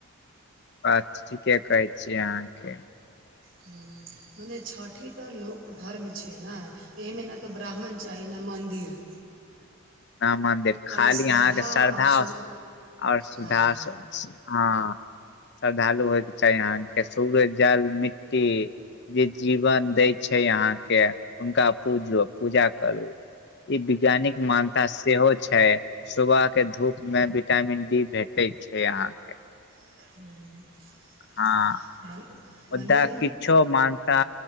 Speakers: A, on the left (about 50°); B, on the right (about 45°).
A: बात ठीके कहै छियै अहाँके
B: ह मने छठि तऽ लोक धर्म छियै ने एहिमे नहि तऽ ब्राह्मण चाही ने मन्दिर
A: ना मन्दिर खाली
B: श्रद्धा
A: अहाँके सरधा
B: और सु
A: आओर सुध
B: हँ
A: सु हँ श्रद्धालु होयके चाही अहाँके सुर्य जल मिट्टी जे जीवन दै छै यहाँके हुनका पूजु पूजा करु ई वैज्ञानिक मान ता सेहो छै सुबह के धूप में विटामिन डी भेटे छै अहाँ के
B: <inaudible>
A: हँ बा
B: मन मने
A: मुद्दा किछो मानता